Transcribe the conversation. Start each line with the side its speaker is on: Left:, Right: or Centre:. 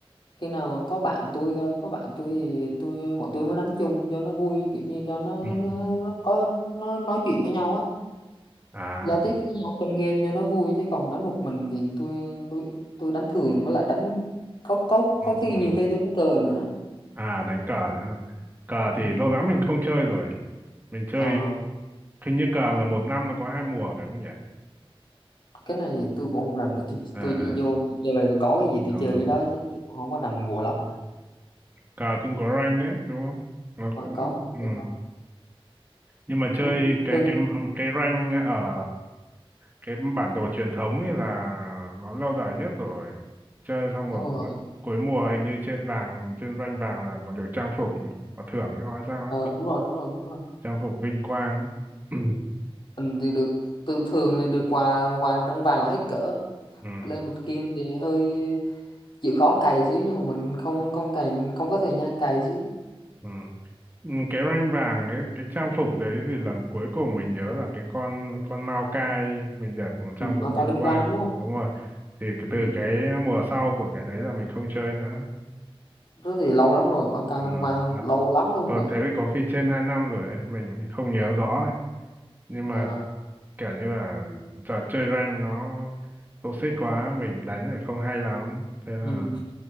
Left: khi nào mà có bạn tôi cơ, có bạn tôi thì tôi bọn tôi mới đánh chung cho nó vui kiểu như cho nó,
Right: Ừ.
Left: nó có nó nói chuyện với nhau á
Right: à
Left: giao tiếp với nhau trong game cho nó vui chứ còn đánh một mình thì tôi tôi tôi đánh thường với lại đánh có có
Right: ừ,
Left: có khi
Right: ừ.
Left: nhiều khi tôi đánh cờ nữa
Right: à đánh cờ nữa cờ
Left: ừ.
Right: thì lâu lắm mình không chơi rồi mình chơi
Left: ờ,
Right: hình như cờ là một năm nó có hai mùa phải không nhỉ
Left: cái này thì tôi cũng không rành được tôi,
Right: ờ
Left: tôi chỉ
Right: ờ
Left: vô tôi chơi tôi có cái gì tôi
Right: đúng
Left: chơi
Right: rồi
Left: cái đó chứ tôi cũng không có rành bùa lắm
Right: cờ cũng có rank đấy đúng không nó
Left: Ờ,
Right: cũng
Left: có
Right: ừ.
Left: tôi có
Right: nhưng mà chơi
Left: ừ,
Right: cái
Left: tôi-
Right: cái cái rank ở cái bản đồ truyền thống ấy là nó lâu đời nhất rồi chơi xong
Left: đúng
Right: rồi
Left: rồi
Right: cu- cuối mùa hình như trên vàng trên rank vàng là còn được trang phục có thưởng cho nói sao ấy
Left: ờ, đúng rồi đúng rồi đúng rồi
Right: trang phục vinh quang <clears throat>
Left: Mình thì được từ thường là được quà quà ranh vàng là hết cỡ
Right: Ừ.
Left: lên mặt kim thì hơi chịu khó cày xíu nhưng mà mình không không cày không có thời gian cày xíu
Right: Ừ. Ừ, cái rank vàng ấy cái trang phục đấy thì lần cuối cùng mình nhớ là cái con con Mao Cai mình đẹp một trang
Left: ừ,
Right: phục
Left: Mau cày
Right: vinh
Left: vinh
Right: quang
Left: quang đúng không
Right: đúng rồi thì cái-
Left: ừ.
Right: từ cái mùa sau của cái đấy là mình không chơi nữa
Left: Thế thì lâu lắm rồi Mau cày
Right: Đúng
Left: vinh
Right: rồi.
Left: quang lâu lắm luôn
Right: Ờ
Left: rồi
Right: thế thì có khi trên 2 năm rồi ấy, mình không nhớ rõ
Left: ừ.
Right: ấy. Nhưng mà
Left: Ờ,
Right: kiểu như là giờ chơi rank nó toxic quá, mình đánh lại không hay lắm. Thế là
Left: ừ.